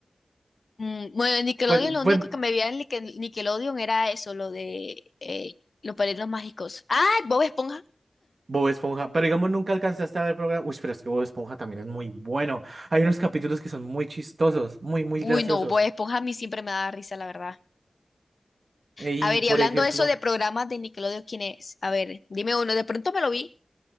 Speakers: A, on the left; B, on the right.
A: Mm, bueno, en Nickelodeon
B: Pues, bueno.
A: lo único que me veía en Nickel- Nickelodeon era eso, lo de eh, los padrinos mágicos. ¡Ah! Bob Esponja.
B: Bob Esponja, pero digamos nunca alcanzaste a ver programa. Uy, pero es que Bob Esponja también es muy bueno. Hay unos capítulos que son muy chistosos, muy, muy
A: Uy,
B: graciosos.
A: no, Bob Esponja a mí siempre me daba risa, la verdad.
B: Eh, Y
A: A ver,
B: por
A: y hablando
B: ejemplo,
A: de eso de programas de Nickelodeon, ¿quién es? A ver, dime uno, de pronto me lo vi.